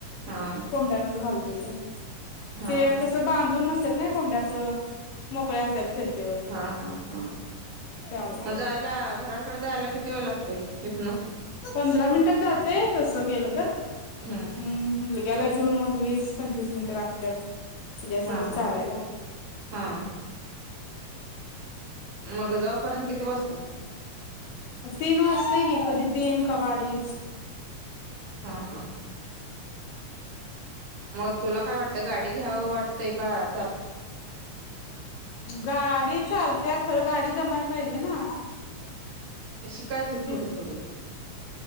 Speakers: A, on the right (about 60°); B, on the left (about 85°).
A: हा
B: कोंबड्यानच घालतोय ते.
A: हा
B: ते कसं बांधून नसतात नाही कोंड्याचं मोकळ्या असतात फिरत
A: हा हा हा
B: त्यामुळं
A: मग जायला घराकडे जायला किती वेळ लागते तिथनं.
B: पंधरा मिनिटात जातय तस गेलं तर
A: हम्म
B: हम. मुलग्याला घेऊन मग वीस पंचवीस मिनिटं लागत्यात. तीच्यासोबत
A: हा हा
B: चालायला.
A: हा मग जाऊपर्यंत किती वाजत
B: तीन वाजते की कधी तीन कवा आडी
A: हा हा. म तुला काय वाटतंय गाडी घ्यावं वाटतय का आता
B: गाडी चालतया खर गाडी जमायला पाहिजे ना.
A: शिकायचे
B: कुठे
A: थोडी थोडी